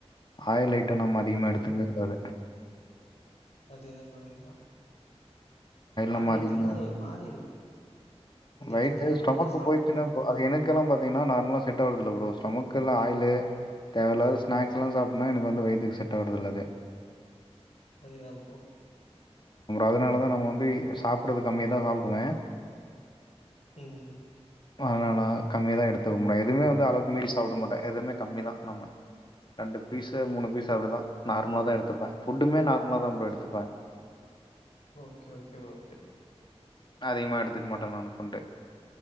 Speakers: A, on the left; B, on the left.
A: ஆயள் ஐட்ட நம்ம அதிகமா எடுத்துக்க கூடாது
B: அதேதா ப்ரோ அதேதா ஆயில்
A: நம்ம
B: எடுத்திங்கன்னா
A: அதிகமா
B: அது ஒரு மாரி இருக்கு நெக்ஸ்ட்டு
A: வயிறு ஸ்டமக்கு
B: ஒரு மாரி சாப்பிட
A: போயிச்சுனா
B: முடியாது
A: அது எனக்குல்லா பா திங்ன்னா நார்மலா செட் ஆகுறதுல பரோ ஸ்டமக்னா ஆயிலு தேவயில்லாதது ஸ்நாக்ஸ் எல்லா சாப்டனா எனக்கு வந்து வயித்துக்கு செட்ட ஆவுறதில்லங்க
B: அதேதா ப்ரோ
A: அதனாலதா நா வந்து சாப்புட்றது கம்மியா தா சாப்டுவ
B: ம்
A: ஆன நா கம்மியாதா எடுத்துக முடியு எதுமே வந்து அளவுக்கு மீறி சாப்புடமாட்ட எதுமே கம்மி தா நம்ம ரெண்டு பீஸ்ஸு மூணு பீஸு அவ்ளோதா நார்மலா தா எடுத்துப்பே ஃபுட்டுமே நார்மலா தா ப்ரோ எடுத்துப்பே
B: ஓகே ஓகே ப்ரோ கே
A: அதிகமா எடுத்துக்க மாட்டே நானு ஃபுட்டு